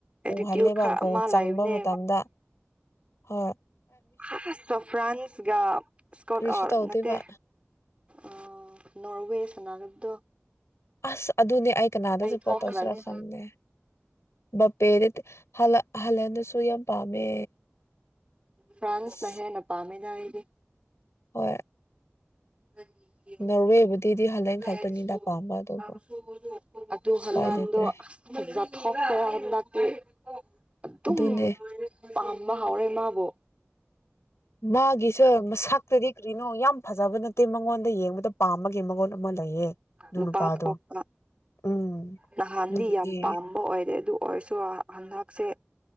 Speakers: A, on the right; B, on the left.
A: ꯑꯦꯇꯤꯇ꯭ꯌꯨꯠ
B: ꯎꯍꯜꯂꯦꯕ
A: ꯈꯔ
B: ꯒꯣꯜ
A: ꯑꯃ
B: ꯆꯪꯕ
A: ꯂꯩꯕꯅꯦ
B: ꯃꯇꯝꯗ꯫ ꯍꯣꯏ ꯫
A: ꯑꯁꯁ <unintelligible> ꯐ꯭ꯔꯥꯟꯁꯒ ꯁꯀꯣꯠ
B: ꯀꯔꯤꯁꯨ
A: ꯑꯥ
B: ꯇꯧꯗꯦꯕ
A: ꯅꯠꯇꯦ ꯑ ꯅꯣꯔꯋꯦ ꯁꯅꯒꯣꯗꯣ
B: ꯑꯁ! ꯑꯗꯨꯅꯦ ꯑꯩ ꯀꯅꯥꯗꯁꯨ ꯁꯄꯣꯔꯠ꯭
A: ꯊꯣꯛꯈ꯭ꯔꯅꯤ
B: ꯇꯧꯁꯤꯔꯥ ꯈꯪꯗꯦ ꯕꯄꯦꯗꯗꯤ ꯍꯜꯂꯦꯟꯗꯁꯨ ꯌꯥꯝ ꯄꯥꯝꯃꯦ꯫
A: ꯐ꯭ꯔꯥꯟꯁꯅ
B: ꯑꯁ
A: ꯍꯦꯟꯅ ꯄꯥ ꯃꯦꯗꯥ ꯑꯩꯗꯤ
B: ꯍꯣꯏ꯫
A: <unintelligible>
B: ꯅꯣꯔꯋꯦꯕꯨꯗꯤꯗꯤ ꯍꯜꯂꯦꯟ ꯈꯛꯇꯅꯤꯗ ꯄꯥꯝꯕ ꯑꯗꯨꯕꯨ
A: ꯑꯗꯨ ꯍꯂꯟꯗꯣ
B: ꯎꯄꯥꯏ ꯂꯩꯇ꯭ꯔꯦ
A: ꯐꯖꯥꯊꯣꯈꯔꯦ ꯍꯟꯗꯛꯇꯤ ꯑꯗꯨꯝ
B: ꯑꯗꯨꯅꯦ
A: ꯄꯥꯝꯕ ꯍꯥꯎꯔꯦ ꯃꯥꯕꯨ꯫
B: ꯃꯥꯒꯤꯁ ꯃꯁꯛꯇꯗꯤ ꯀꯔꯤꯅꯣ ꯌꯥꯝ ꯐꯖꯕ ꯅꯠꯇꯦ ꯃꯉꯣꯟꯗ ꯌꯦꯡꯕꯗ ꯄꯥꯝꯃꯒꯦ ꯃꯉꯣꯟꯗ ꯑꯃ ꯂꯩꯌꯦ ꯑꯗꯨ
A: ꯅꯨꯄꯥ
B: ꯅꯨꯄꯥꯗꯣ
A: ꯊꯣꯛꯄ
B: ꯎꯝ
A: ꯅꯍꯥꯟꯗꯤ
B: ꯑꯗꯨꯒꯤꯅꯦ
A: ꯌꯥꯝ ꯄꯥꯝꯕ ꯑꯣꯏꯔꯦ ꯑꯗꯨ ꯑꯣꯏꯔꯁꯨ ꯍꯟꯗꯛꯁꯦ